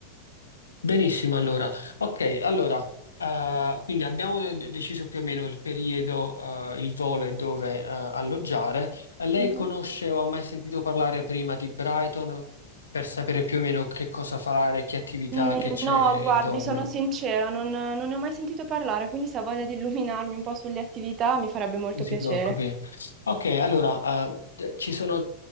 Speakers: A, on the left (about 70°); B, on the right (about 30°).
A: benissimo allora. Ok, allora, eh, quindi abbiamo de- deciso più o meno il periodo, eh, il volo e dove, eh, alloggiare. Eh, Lei
B: Mhm.
A: conosce o ha mai sentito parlare prima di Brighton per sapere più o meno che cosa fare, che attività
B: Mm,
A: che c'è
B: no,
A: intorno?
B: guardi, sono sincera, non, non ne ho mai sentito parlare, quindi se ha voglia di illuminarmi un po' sulle attività mi farebbe molto
A: Non si
B: piacere.
A: preoccupi. Ok, allora, eh, d- ci sono